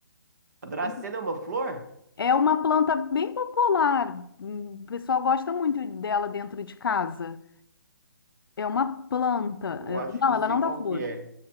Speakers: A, on the right; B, on the left.
A: A dracena
B: Sim.
A: é uma flor?
B: É uma planta bem popular. hum, O pessoal gosta muito dela dentro de casa. É uma planta.
A: Eu
B: é-
A: acho
B: Não,
A: que eu
B: ela
A: sei
B: não
A: qual
B: dá flor.
A: que é.